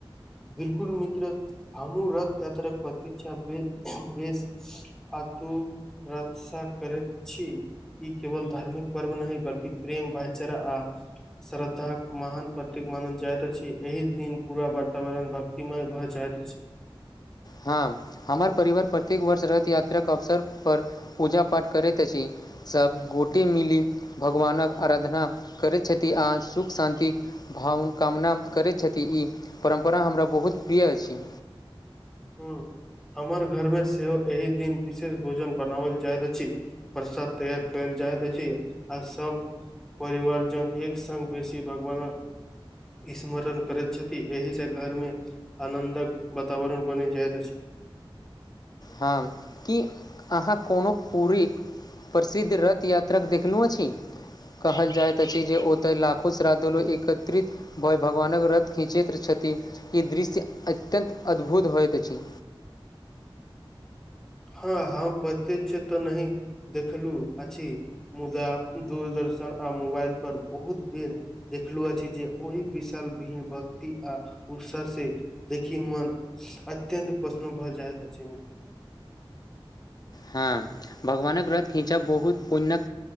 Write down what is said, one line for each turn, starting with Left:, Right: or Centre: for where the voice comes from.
Centre: बिलकुल मित्र हमूँ रथ यात्रा प्रत्षा बे बेस अतु रक्षा करैत छी ई केवल धार्मिक पर्व नहि बलकि प्रेम भाईचारा आ श्रद्धाक महान प्रतीक मानल जाइत अछि एहि दिन पूरा ब वातावरण भक्तिमय भऽ जाइत अछि
Left: हँ हमर परिवार प्रत्येक वर्ष रथ यात्राक अवसर परर पूजा पाठ करैत अछि सभ गोटे मिली भगवानक आराधना करैत छथि आ सुख शान्ति भावना कामना करैत छथि ई परम्परा हमरा बहुत प्रिय अछि
Centre: ह हमर घर मे सेहो एहि दिन विशेष भोजन बनाओल जाइत अछि प्रसाद तैयार कयल जाइत छै आ सब परिवार जन एक सग बेसी भगवानक स्मरण करैत छथि एहि से घर मे आनन्दक वातावरण बनी जाइत अछि
Left: हँ कि अहाँ कोनो पूरी प्रसिद्ध रथ यात्राक देखलहुँ अछि कहल जाइत अछि जे ओतय लाखो श्राद्धु एकत्रित बय भगवानक रत खिंचैत छथि ई दृश्य अत्यन्त अद्भुत होइत अछि
Centre: हँ हम पते च त तऽ नहि देखलू अछि मुदा दूरदर्शन आ मोबाइल पर बहुत बेर देखलु अछि जे ओहि विशाल भीन भक्ति आ उत्सा से देखि मन अत्यन्त प्रशन भऽ जाइत अछि मित्र
Left: हँ भगवानक रथ खीचा बहुत पुण्यक